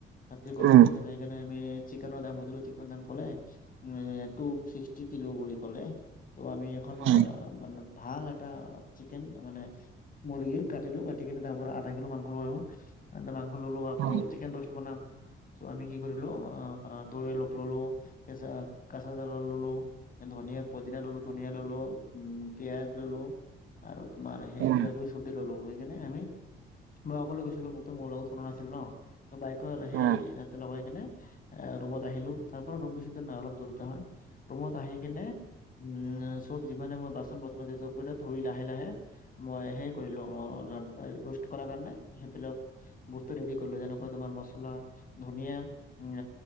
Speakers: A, on the left; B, on the right.
A: তাতে গ'লো
B: উম
A: সেইকাৰণে আমি চিকেনৰ দাম সুধিলোঁ, চিকেনৰ দাম কলে এ টুছিক্সটি কিলো বুলি কলে। তো আমি এখন
B: উম
A: আহ ভাল এটা চিকেন, মানে মূৰ্গী কাটিলো কাটিকিনে তাৰ পৰা আধা কিলো মাংস ললো। তাতে মাংস ললো, আকৌ
B: উম
A: চিকেন ৰষ্ট বনাম। আমি কি কৰিলো আহ দৈ অলপ ললো, কেঁচা-কাচা জাল ললো ধনীয়া-পদিনা ললোঁ, ধনিয়া ললোঁ, পিঁয়াজ ললোঁ আৰু মাৰ এক ধেই
B: উম
A: কিবা-কিবি সবজি ললোঁ, লৈ কেনে আমি মই অকলে গৈছিলো মোকটো মোৰ লগত কোনো নাছিল ন বাইকৰ সেই
B: উম উম
A: তাতে লগাই কিনে এ ৰুমত আহিলো, তাৰ পৰা ৰুম বেছি দূৰ নহয় অলপ দূৰত হয়, ৰুমত আহি কিনে উম চব যিমানে মই বাচন-বৰ্তন আছে চবকেইটা ধুই লাহে-লাহে মই সেই কৰিলো অ এ ৰোষ্ট কৰাৰ কাৰণে সেইবিলাক বস্তু ৰেডি কৰিলো যেন তোমাৰ মচলা, ধনিয়া, উম